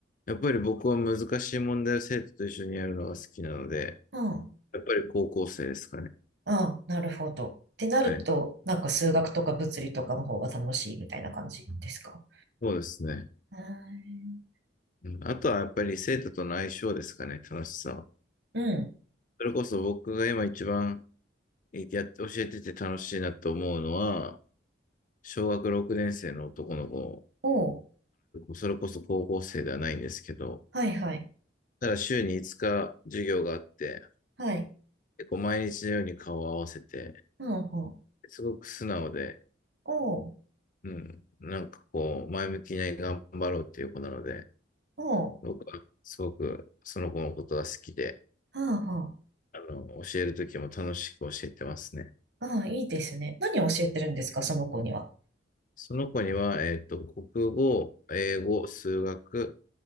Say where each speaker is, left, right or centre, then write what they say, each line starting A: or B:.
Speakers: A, on the left; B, on the right.
A: やっぱり僕は難しい問題を生徒と一緒にやるのが好きなので、
B: うん、
A: やっぱり高校生ですかね。
B: ああ、なるほど。ってなると、
A: はい。
B: なんか数学とか物理とかの方が楽しいみたいな感じですか
A: そうですね。
B: へー
A: うん、あとはやっぱり生徒との相性ですかね、楽しさは。
B: うん。
A: それこそ僕が今一番えやって教えてて楽しいなと思うのは、小学6年生の男の子、
B: おう。
A: それこそ高校生ではないんですけど、
B: はいはい。
A: ただ週に5日授業があって、
B: はい。
A: 結構毎日のように顔を合わせて、
B: うんうん。
A: すごく素直で、
B: おう。
A: うん。なんかこう、前向きに頑張ろうっていう子なので、
B: おう。
A: 僕はすごくその子のことが好きで、
B: はあは
A: あの、教えるときも楽しく教えてますね。
B: ああ、いいですね。何を教えてるんですか、その子には。
A: その子には、えっと、国語、英語、数学、